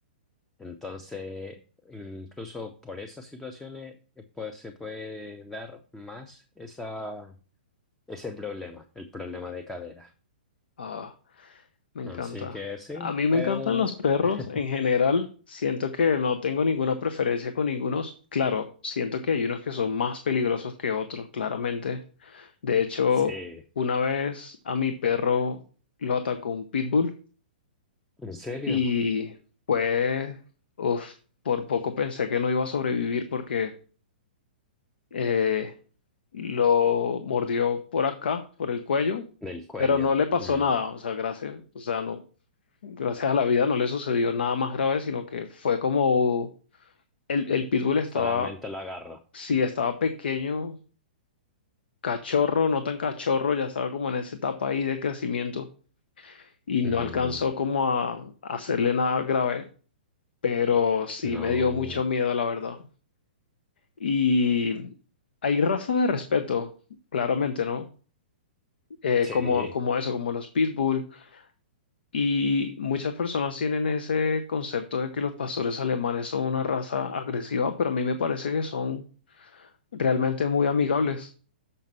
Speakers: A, in the centre; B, on the left (about 75°).
A: Entonces, incluso por esas situaciones eh, pues, se puede dar más esa, ese problema, el problema de cadera.
B: ah. Me encanta.
A: Así que sí,
B: A mí me
A: es
B: encantan
A: un...
B: los perros
A: <laughs>
B: en general. Siento que no tengo ninguna preferencia con ningunos. Claro, siento que hay unos que son más peligrosos que otros, claramente. De hecho,
A: Sí,
B: una vez a mi perro lo atacó un pitbull
A: ¿en serio?
B: y pues, uf, por poco pensé que no iba a sobrevivir porque eh, lo mordió por acá, por el cuello,
A: Del cuello.
B: pero no le pasó
A: Mm,
B: nada. O sea, gracias. O sea, no, gracias a la vida no le sucedió nada más grave, sino que fue como el, el pitbull estaba,
A: Solamente lo agarro.
B: sí, estaba pequeño, cachorro, no tan cachorro, ya estaba como en esa etapa ahí de crecimiento y no
A: Mm,
B: alcanzó como a, a hacerle nada grave, pero sí
A: No,
B: me dio mucho miedo, la verdad. Y hay razas de respeto, claramente, ¿no? Eh,
A: sí,
B: como, como eso, como los pitbull Y muchas personas tienen ese concepto de que los pastores alemanes son una raza agresiva, pero a mí me parece que son realmente muy amigables.